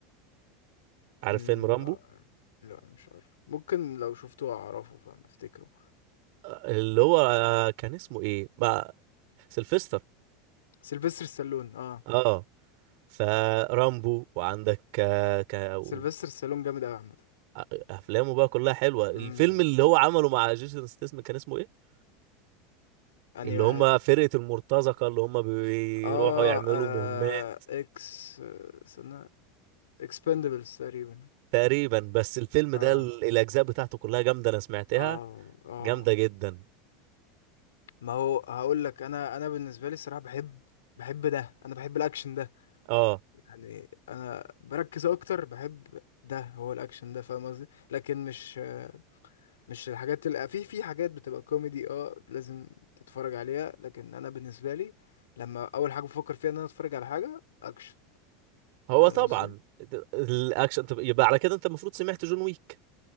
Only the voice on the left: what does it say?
مم،
لا لا مش عارف ممكن لو شفته اعرفه فاهم افتكره
سيلفستر ستالون اه
سيلفستر ستالون جامد قوي عامه
امم
انهي
واحد
اه,
آه
اكس آه، استنى اكسبندبلز تقريبا
اه
اه اه
ما هو هقول لك انا انا بالنسبه لي الصراحه بحب بحب ده انا بحب الاكشن ده
يعني انا بركز اكتر بحب ده هو الاكشن ده فاهم قصدي لكن مش مش الحاجات اللي في في حاجات بتبقى كوميدي اه لازم تتفرج عليها لكن انا بالنسبه لي لما اول حاجه بفكر فيها ان انا اتفرج على حاجه اكشن
فاهم
قصدي